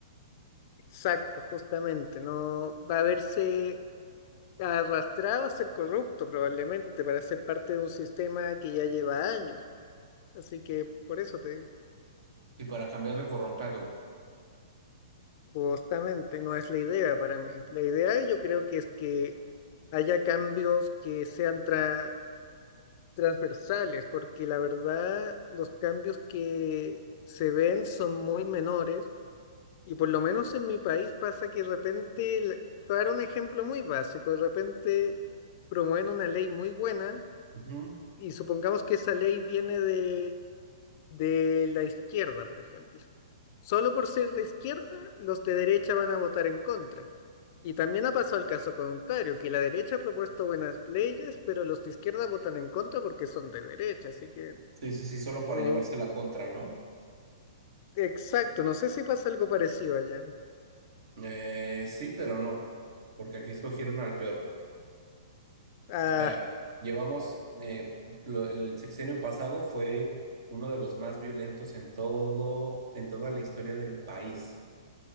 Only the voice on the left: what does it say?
Exacto, justamente. No va a verse arrastrado a ser corrupto probablemente para ser parte de un sistema que ya lleva años. Así que por eso te digo,
justamente no es la idea para mí. La idea yo creo que es que haya cambios que sean tra transversales, porque la verdad los cambios que se ven son muy menores y por lo menos en mi país pasa que de repente, el- para un ejemplo muy básico, de repente promueven una ley muy buena
y supongamos que esa ley viene de, de la izquierda, por ejemplo. Solo por ser de izquierda, los de derecha van a votar en contra. Y también ha pasado el caso contrario, que la derecha ha propuesto buenas leyes, pero los de izquierda votan en contra porque son de derecha. Así que
como
Exacto, no sé si pasa algo parecido allá.
Ah,